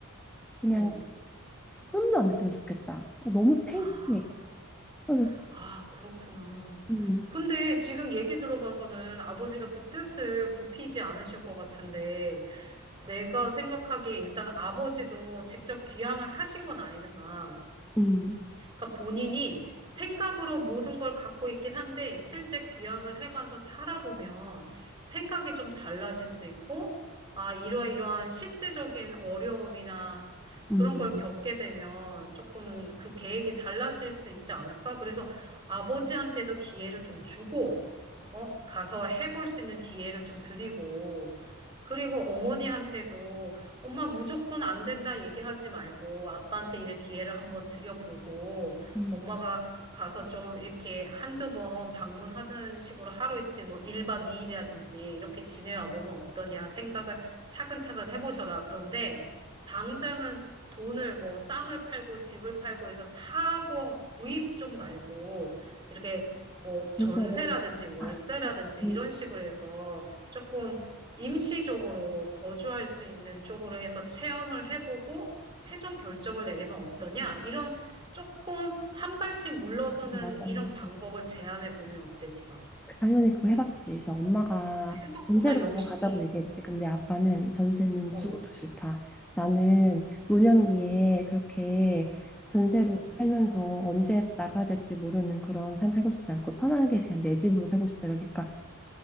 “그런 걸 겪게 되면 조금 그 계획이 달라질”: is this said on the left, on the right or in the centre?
Right